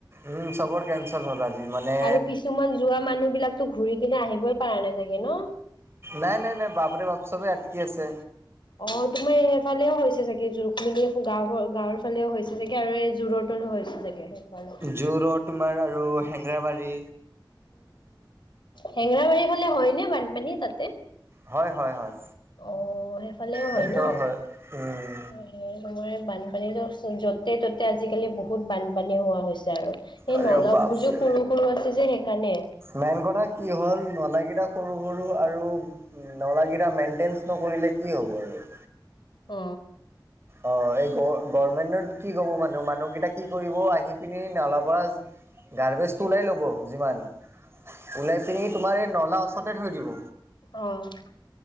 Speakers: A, on the right; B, on the left.
A: উম' চবৰ কেনচেল হ'ল আজি মানে
B: আৰু কিছুমান যোৱা মানুহ বিলাকতো ঘূৰি কিনে আহিবই পাৰা নাই চাগে ন?
A: নাই নাই নাই বাপৰে বাপ চবেই আটকি আছে।
B: অ' তোমাৰ এইফালেও হৈছে চাগে, ৰুক্মিণী গাঁৱৰ গাঁৱৰ ফালেও হৈছে চাগে আৰু এই জোৰত হৈছে চাগে সেইফালে।
A: জু ৰড তোমাৰ আৰু হেঙৰাবাৰী।
B: হেঙৰাবাৰী ফালে হয় নে বানপানী তাতে?
A: হয়, হয়, হয়।
B: অ', সেইফালেও
A: তাতো
B: হয় ন?
A: উম
B: এ সময়ৰে বানপানীটো য'তে ত'তে আজিকালি বহুত বানপানী হোৱা হৈছে আৰু। এ
A: আৰে
B: নলাবোৰ
A: বাপৰে
B: যে সৰু সৰু আছে যে সেইকাৰণে।
A: মেইন কথা কি হ'ল, নলাকেইটা সৰু সৰু আৰু নলাকেইটা মেইনটেইন্স নকৰিলে কি হ'ব আৰু।
B: অ।
A: অ' এই গ গৰ্মেন্টত কি কব মানুহ মানুহকেইটা কি কৰিব আহি পিনি নালা পৰা গাৰ্বেজটো ওলাই ল'ব যিমান, ওলাই পিনি তোমাৰ এই নলা ওচৰতে থৈ দিব।
B: অ'